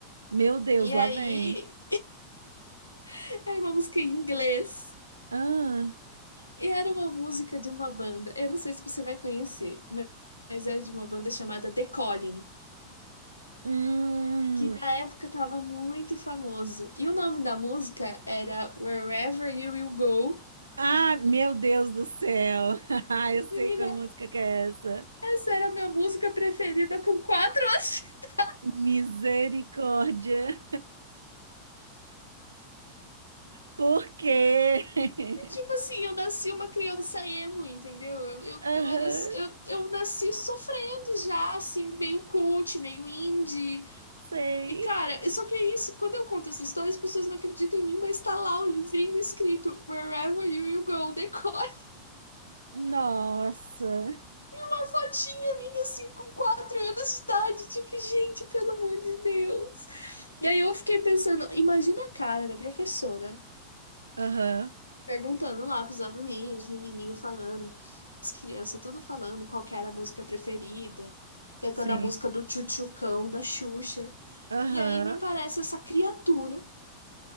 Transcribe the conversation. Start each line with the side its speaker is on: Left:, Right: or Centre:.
Right: meu Deus,
Left: E
Right: lá
Left: aí
Right: vem.
Left: <laughs> era uma música em inglês
Right: Ah,
Left: e era uma música de uma banda. Eu não sei se você vai conhecer, mas mas é de uma banda chamada The Calling.
Right: hum.
Left: que na época tava muito famoso. E o nome da música era Wherever You Will Go.
Right: Ah, meu Deus do céu. <laughs> Ah, eu
Left: Menina,
Right: sei qual música que é essa.
Left: essa era a minha música preferida com quatro anos. <laughs>
Right: Misericórdia. Por quê?
Left: Tipo assim, eu nasci uma criança emo, entendeu? Eu, eu,
Right: <laughs> Aham,
Left: eu era, eu, eu nasci sofrendo já, assim, meio cult, meio indie.
Right: sei.
Left: E cara, só que é isso, quando eu conto essa história, as pessoas não acreditam em mim, mas tá lá o livrinho escrito Wherever You Will Go, decora.
Right: Nossa.
Left: uma fotinha minha, assim, com quatro anos de idade. Tipo, gente, pelo amor de Deus. E aí eu fiquei pensando, imagina a cara da professora
Right: Aham,
Left: perguntando lá pros aluninhos, os menininhos falando, as crianças tudo falando qual que era a música preferida, cantando
Right: sim.
Left: a música do Tchutchucão, da Xuxa.
Right: Aham,
Left: E aí me aparece essa criatura